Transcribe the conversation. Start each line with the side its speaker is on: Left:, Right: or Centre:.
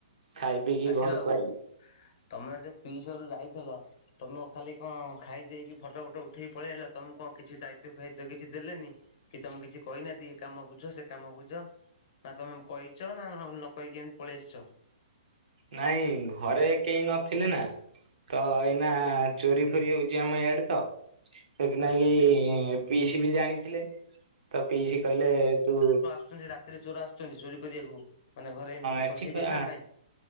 Right: ଖାଇ ପିଇକି
Left: ଆସିଲ
Right: ଘରକୁ
Left: ଆଉ
Right: ଆଇଲି।
Left: ତମେ ଯୋଉ ପିଇସି ଘରୁକୁ ଯାଇଥିଲ ତମ ଖାଲି କଣ ଖାଇଦେଇକି ଫଟୋ ଫଟୋ ଉଠେଇ ପଳେଆଇଲ ତମୁକୁ କଣ କିଛି ଦାୟିତ୍ୱ ଫାଇତ୍ୱ କିଛି ଦେଲେନି? କି ତମୁକୁ କିଛି କହିନାହାନ୍ତିି ଏ କାମ ବୁଝ ସେ କାମ ବୁଝ? ନା ତମେ କହିଚ ନା ନକହିକି ଏମତି ପଳେଆସଚ?
Right: ନାଇଁ ଘରେ କେହି ନଥିଲେ ନା ତ ଏଇନା ଚୋରି ଫୋରି ହୋଉଚି ଆମ ଇଆଡେ ତ ସେଥିନାଗି
Left: ଆଚ୍ଛା।
Right: ପିଇସି ବି ଜାଣିଥିଲେ। ତ ପିଇସି କହିଲେ ତୁ
Left: ଆସନ୍ତି ରାତିରେ ଚୋର ଆସୁଚନ୍ତି ଚୋରି କରିବାକୁ ମାନେ ଘରେ ଏମତି
Right: ଏଠି
Left: ପଶିକିରି
Right: ତ
Left: ନା ନାଇଁ?